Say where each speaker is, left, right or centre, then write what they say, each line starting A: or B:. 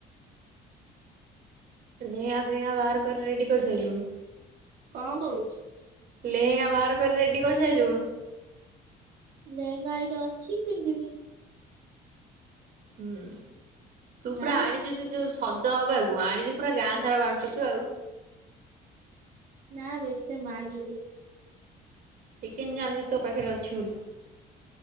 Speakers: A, on the right; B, on the right.
A: ନିଆ ଫିଆ ବାହାର କରି ରେଡି କରିସାରିଲୁଣି।
B: କଣ କହଚୁ?
A: ଲେହେଙ୍ଗା ବାହାର କରି ରେଡି କରିସାରିଲୁୁଣୁ।
B: ଲେହେଙ୍ଗା ଏଠି ଅଛିି ପିନ୍ଧିବି।
A: ହୁଁ ତୁ ପୁରା
B: ଆଁ
A: ଆଣିଚୁ ସେ ଯୋଉ ସଜ ହବ ଆଗକୁ ଆଣିଛୁ ପୁରା ଗାଁ ସାରା ବାଣ୍ଟୁଛୁ ଆଉ।
B: ନା ବେ ଶେ ମାଗିଲେ
A: ସେ କେମିତି ଜାଣିଲେ ତୋ ପାଖରେ ଅଛି ବୋଲି।